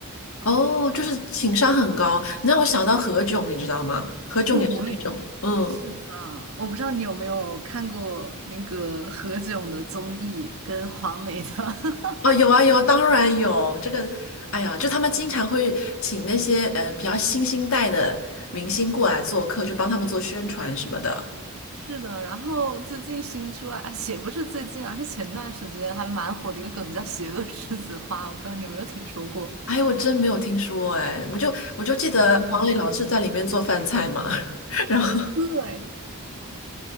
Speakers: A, on the left; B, on the right.
A: 哦，就是情商很高，你让我想到何炅，你知道吗？何炅也是那种，
B: 哎，我也
A: 嗯。
B: 是的。我不知道你有没有看过那个何炅的综艺跟黄磊的。<laughs>
A: 哦，有啊有啊，当然有这个。哎呀，就他们经常会请那些呃比较新兴代的明星过来做客，就帮他们做宣传什么的。
B: 是的，然后最近新出来，哎也不是最近啊，是前段时间还蛮火的一个梗叫“邪恶栀子花”，我不知道你有没有听说过。
A: 哎，我真没有听说哎，我就我就记得黄磊老师在里面做饭菜嘛。
B: 天呐，
A: <laughs> 然后，
B: 对，